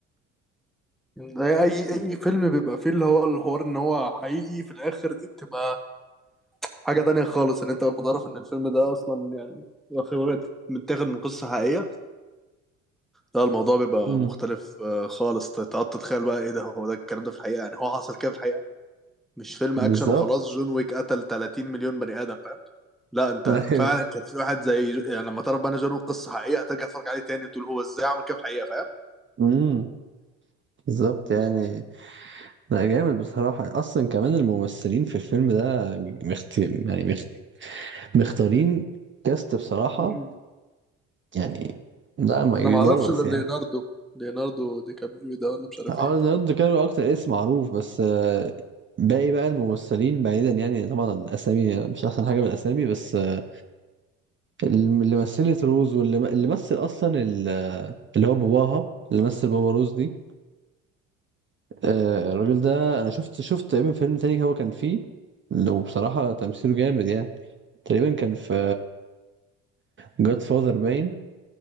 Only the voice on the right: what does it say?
امم
بالظبط
<laughs> ايوه
امم بالظبط
يعني لا جامد بصراحه اصلا كمان الممثلين في الفيلم ده مخت... يعني مخت... مختارين كاست بصراحه
يعني لا ما يدرس
يعني
اه
ليوناردو دي كابريو اكتر اسم معروف بس آه، باقي بقى الممثلين بعيدا يعني طبعا الاسامي مش احسن حاجه بالاسامي بس آه، اللي مثلت روز واللي اللي مثل اصلا ال- اللي هو باباها اللي مثل بابا روز دي آه،
الراجل ده انا شفت شفت تقريبا فيلم تاني هو كان فيه لو بصراحه تمثيله جامد يعني تقريبا كان في جاد فاذر باين